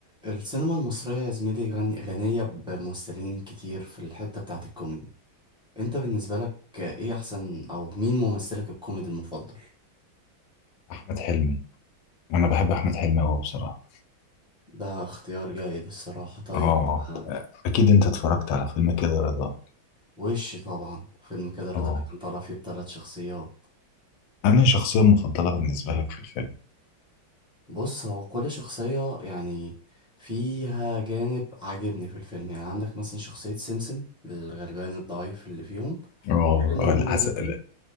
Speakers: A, in the centre; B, on the left.
A: السينما المصرية يا زميلي غن- غنية بممثلين كتير في الحتة بتاعت الكوميدي انت بالنسبة لك ايه احسن او مين ممثلك الكوميدي المفضل
B: احمد حلمي انا بحب احمد حلمي قوي بصراحه
A: ده اختيار جيد الصراحة طيب
B: اه
A: آه،
B: اكيد انت اتفرجت على فيلم كده رضا
A: وش طبعا فيلم كده رضا
B: اه
A: اللي كان طالع فيه بثلاث شخصيات
B: انا شخصيه مفضله بالنسبه لك في الفيلم
A: بص هو كل شخصية يعني فيها جانب عاجبني في الفيلم يعني عندك مثلا شخصية سمسم الغلبان الضعيف اللي فيهم
B: اه
A: غير ان
B: آه،
A: هو
B: العسل
A: ذكي